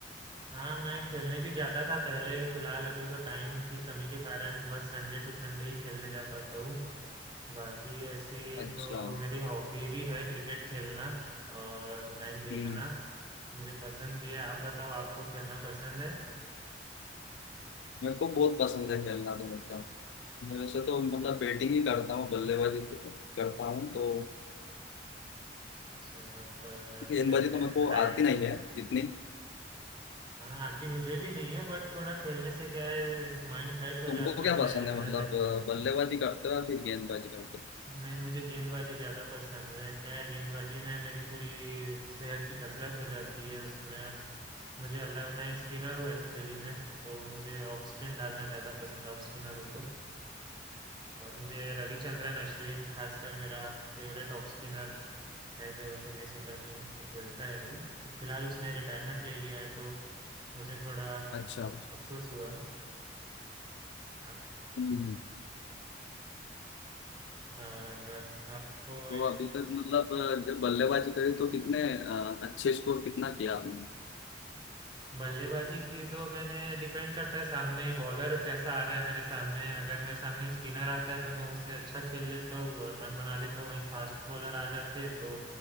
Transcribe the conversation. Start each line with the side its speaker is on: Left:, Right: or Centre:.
Right: हाँ मैं खेलने भी जाता था पहले फिलहाल अभी तो टाइम की कमी के कारण बस संडे टू संडे ही खेलने जा पाता हूँ बाकी ऐसी
Left: अच्छा
Right: तो मेरी हॉबी भी है क्रिकेट खेलना और मैच देखना
Left: हम्म
Right: मुझे पसंद भी है आप बताओ आपको खेलना पसंद है
Left: मेरे को बहुत पसंद है खेलना तो मतलब मैं वैसे तो मतलब बैटिंग ही करता हूँ बल्लेबाजी तो करता हूँ तो
Right: अच्छा आप अ,
Left: गेंदबाजी
Right: खे-
Left: तो मेरे को
Right: राइट
Left: आती नहीं है इतनी
Right: हाँ आती मुझे भी नहीं है बट थोड़ा खेलने से क्या है माइंड फ्रेश हो
Left: तुमको
Right: जाता
Left: क्या
Right: है
Left: पसंद है
Right: थोड़ा
Left: मतलब अ, बल्लेबाजी करते हो या फिर गेंदबाजी करते हो
Right: नहीं मुझे गेंदबाजी ज़्यादा पसंद है। क्या है गेंदबाजी में मेरी पूरी सेहत की कसरत हो जाती है उसमें और मुझे अलग मैं स्पिनर हूँ एक्चुअली मैं तो मुझे ऑफ स्पिन डालना ज़्यादा पसंद है ऑफ स्पिनर हूँ तो और मुझे रविचंद्रन अश्विन खासकर मेरा फेवरेट ऑफ स्पिनर है जो चेन्नई सुपर किंग्स से खेलता है अभी फिलहाल उसने रिटायरमेंट ले लिया है तो मुझे थोड़ा
Left: अच्छा
Right: अफसोस हुआ आप-
Left: हम्म।
Right: और आपको
Left: तो अभी तक मतलब अ, जब बल्लेबाजी करी तो कितने अ, अच्छे स्कोर कितना किया आपने
Right: बल्लेबाजी की तो मैंने डिपेंड करता है सामने बॉलर कैसा आ रहा है मेरे सामने अगर मेरे सामने स्पिनर आता है तो मैं उससे अच्छा खेल लेता हूँ और रन बना लेता हूँ वहीं फास्ट बॉलर आ जाते हैं तो